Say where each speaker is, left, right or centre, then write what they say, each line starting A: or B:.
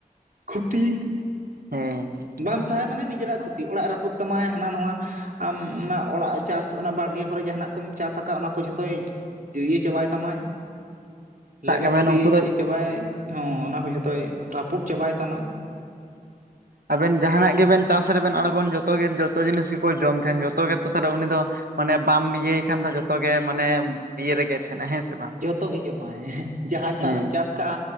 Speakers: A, on the right (about 65°); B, on the right (about 80°).
A: ᱠᱷᱩᱛᱤ,
B: ᱦᱮᱸ
A: ᱵᱟᱢ ᱥᱟᱦᱟᱭᱭᱟ ᱢᱟᱱᱮ ᱱᱤᱡᱮᱨᱟᱜ ᱠᱷᱩᱛᱤ, ᱚᱲᱟᱜ ᱨᱟᱹᱯᱩᱫ ᱛᱟᱢᱟᱭ ᱦᱟᱱᱟ ᱱᱚᱣᱟ ᱟᱢ ᱚᱱᱟ ᱚᱲᱟᱜ ᱪᱟᱥ ᱚᱱᱟ ᱵᱟᱲᱜᱮ ᱠᱚᱨᱮ ᱡᱟᱸᱦᱟᱱᱟᱜ ᱠᱚᱢ ᱪᱟᱥ ᱟᱠᱟᱫᱼᱟ, ᱚᱱᱟ ᱠᱚ ᱡᱷᱚᱛᱚᱭ ᱡᱟᱹᱨᱤᱭᱟᱹ ᱪᱟᱵᱟᱭ ᱛᱟᱢᱟᱭ ᱾
B: ᱥᱟᱵ
A: ᱞᱮᱵᱮᱫ
B: ᱠᱟᱜ ᱵᱮᱱ
A: ᱛᱤᱭ
B: ᱩᱱᱠᱩ ᱫᱚ
A: ᱪᱟᱵᱟᱭ, ᱦᱚᱸ ᱚᱱᱟ ᱠᱚ ᱡᱷᱚᱛᱚᱭ ᱨᱟᱹᱯᱩᱫ ᱪᱟᱵᱟᱭ ᱛᱟᱢᱟ ᱾
B: ᱟᱵᱮᱱ ᱡᱟᱦᱟᱱᱟᱜ ᱜᱮᱵᱮᱱ ᱪᱟᱥ ᱨᱮᱵᱮᱱ ᱟᱬᱜᱚᱱ ᱡᱚᱛᱚᱭ ᱡᱚᱛᱚ ᱡᱤᱱᱤᱥ ᱜᱮᱠᱚ ᱡᱚᱢ ᱛᱟᱸᱦᱮᱱ, ᱡᱚᱛᱚ ᱜᱮᱛᱚ ᱛᱟᱦᱚᱞᱮ ᱩᱱᱤ ᱫᱚ ᱢᱟᱱᱮ ᱵᱟᱢ ᱤᱭᱟᱹᱭ ᱠᱷᱟᱱ ᱫᱚ ᱡᱚᱛᱚ ᱜᱮ ᱢᱟᱱᱮ ᱤᱭᱟᱹ ᱨᱮᱜᱮ ᱛᱟᱦᱮᱱᱟ ᱦᱮᱸ ᱥᱮ ᱵᱟᱝ
A: ᱡᱚᱛᱚ ᱜᱮ ᱡᱚᱢᱟᱭ, ᱮᱦᱮ ᱡᱟᱦᱟᱸᱭ
B: ᱦᱮᱸ
A: ᱥᱟᱵᱮ <unintelligible> ᱵᱮᱱ ᱪᱟᱥ ᱠᱟᱜᱼᱟ,